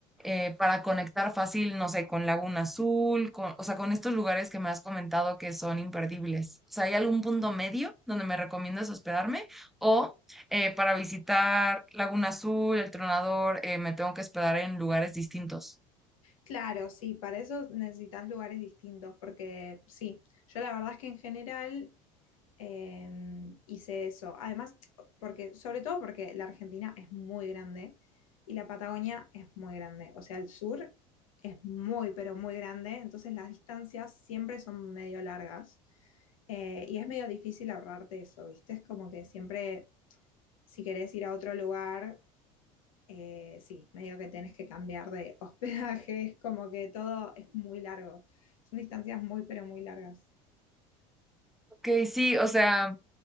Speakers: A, in the centre; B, on the left.
A: eh, para conectar fácil, no sé, con Laguna Azul, con, o sea, con estos lugares que me has comentado que son imperdibles. O sea, ¿hay algún punto medio donde me recomiendas hospedarme? O eh, para visitar Laguna Azul, El Tronador, eh, me tengo que hospedar en lugares distintos.
B: Claro, sí, para eso necesitas lugares distintos, porque sí, yo la verdad es que en general Em, hice eso. Además, porque, sobre todo porque la Argentina es muy grande y la Patagonia es muy grande. O sea, el sur es muy, pero muy grande. Entonces las distancias siempre son medio largas. Eh, y es medio difícil ahorrarte eso, ¿viste? Es como que siempre, si querés ir a otro lugar, eh, sí, medio que tenés que cambiar de hospedaje. <laughs> Es como que todo es muy largo. Son distancias muy, pero muy largas.
A: Ok, sí, o sea,